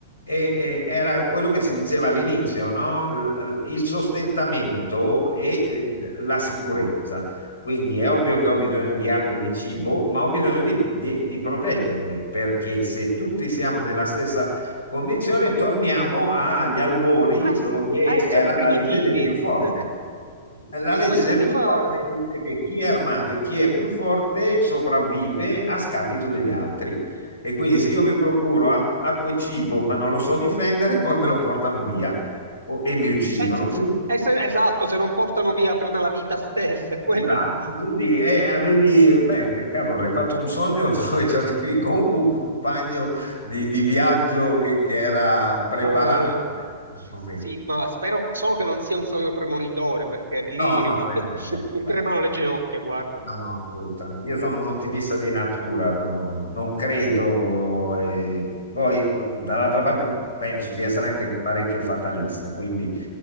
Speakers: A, on the left; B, on the right.
A: e- e era quello che si diceva all'inizio, no? L- l- Il sostentamento e eh, la sicurezza. Quindi è ovvio che ho bisogno di acqua e di cibo, ma ho bisogno di, di- di proteggermi, perché se tutti siamo nella stessa condizione, torniamo agli albori
B: a, ess-
A: dove
B: a essere
A: era
B: primitivi.
A: la legge del più forte.
B: <laughs>
A: La
B: E
A: legge
B: questo
A: del
B: mi
A: più
B: fa...
A: forte dice che chi è armato e chi è più forte sopravvive a scapito degli altri. E quindi se io mi procuro a- acqua e cibo, ma non lo so difendere, poi me lo portano via o- e mi uccidono.
B: Se- se-
A: Quindi
B: eh, se- esatto, se non portano via prima la vita stessa, <laughs> è quello
A: Esatto,
B: il punto.
A: quindi eh, avevi, beh, che cavolo, hai fatto un sogno <laughs> dove avevi comunque un compagno di, di viaggio che, che era preparato,
B: No,
A: quantomeno.
B: sì, ma spero che- solo che non sia un sogno premonitore, perché lì
A: No, no,
B: mi,
A: eh,
B: <laughs>
A: beh, beh,
B: mi tremano
A: beh.
B: le ginocchia, guarda.
A: No, assolutamente. Io sono un ottimista di natura, no- non credo. e Poi, dall'altra parte, penso di essere anche parecchio fatalista, quindi